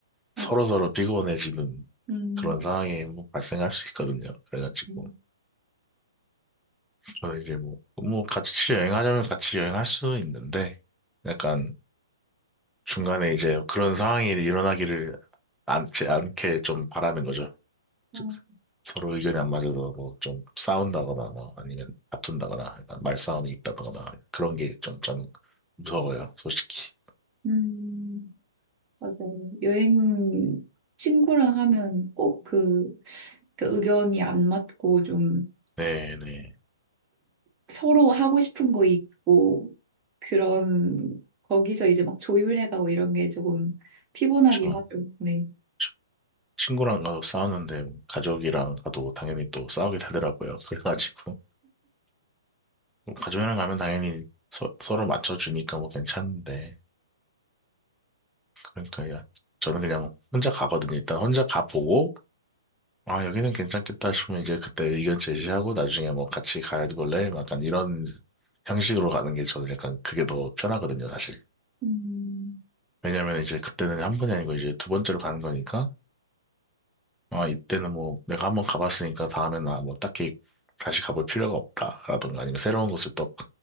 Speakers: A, on the right; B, in the centre.
A: 아,
B: 서로서로 피곤해지는
A: 음,
B: 그런 상황이 한번 발생할 수 있거든요. 그래가지고,
A: 음,
B: 저는 이제 뭐, 뭐 같이 여행하자면 같이 여행할 수 있는데, 약간 중간에 이제 그런 상황이 일어나기를 않지 않게 좀 바라는 거죠.
A: 아,
B: 즉, 서로 의견이 안 맞아서 뭐 좀 싸운다거나 뭐 아니면 다툰다거나 약간 말싸움이 있다거나 그런 게 좀 저는 무서워요, 솔직히.
A: 음, 맞아요. 여행 친구랑 하면 꼭 그, 그 의견이 안 맞고 좀
B: 네네.
A: 서로 하고 싶은 거 있고 그런 거기서 이제 막 조율해가고 이런 게 조금 피곤하긴
B: 저,
A: 하죠. 네.
B: 저 친구랑 가도 싸우는데 가족이랑 가도 당연히 또 싸우게 되더라고요. <laughs> 그래가지고 뭐 가족이랑 가면 당연히 서, 서로 맞춰주니까 뭐 괜찮은데 그러니까 야, 저는 그냥 혼자 가거든요. 일단 혼자 가보고 아, 여기는 괜찮겠다 싶으면 이제 그때 의견 제시하고 나중에 뭐 같이 가볼래? 약간 이런 형식으로 가는 게 저는 약간 그게 더 편하거든요, 사실.
A: 음,
B: 왜냐면 이제 그때는 한 번이 아니고 이제 두 번째로 가는 거니까, 아, 이때는 뭐 내가 한번 가봤으니까 다음엔 나뭐 딱히 다시 가볼 필요가 없다라든가 아니면 새로운 곳을 또